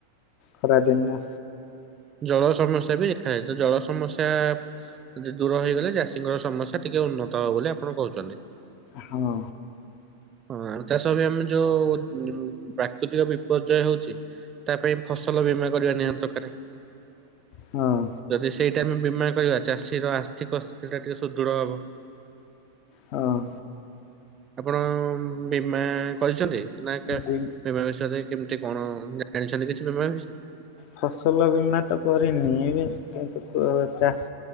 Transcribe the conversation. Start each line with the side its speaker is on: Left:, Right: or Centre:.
Left: ଖରାଦିନ।
Right: ଜଳ ସମସ୍ୟା ବି ଦେଖାଯାଏ, ଜଳ ସମସ୍ୟା ଯଦି ଦୂର ହେଇଗଲେ ଚାଷୀଙ୍କର ସମସ୍ୟା ଟିକେ ଉନ୍ନତ ହବ ବୋଲି ଆପଣ କହୁଛନ୍ତି।
Left: ହଁ
Right: ହଁ ଆଉ ତା ସହବି ଆମେ ଯୋଉ ପ୍ରାକୃତିକ ବିପର୍ଯ୍ୟୟ ହଉଛି। ତା ପାଇଁ ଫସଲ ବୀମା କରିବା ନିହାତି ଦରକାର।
Left: ହଁ
Right: ଯଦି ସେଇଟା ଆମେ ବୀମା କରିବା ଚାଷୀର ଆର୍ଥିକ ସ୍ଥିତିଟା ଟିକେ ସୁଦୃଢ ହବ।
Left: ହଁ
Right: ଆପଣ ବୀମା କରିଛନ୍ତି ନା <unintelligible>
Left: ବି
Right: ବୀମା ବିଷୟରେ କେମିତି କଣ ଜାଣିଛନ୍ତି କିଛି ବୀମା ବିଷ୍
Left: ଫସଲ ବୀମା ତ କରିନି ଏବେ କିନ୍ତୁ ଚାଷ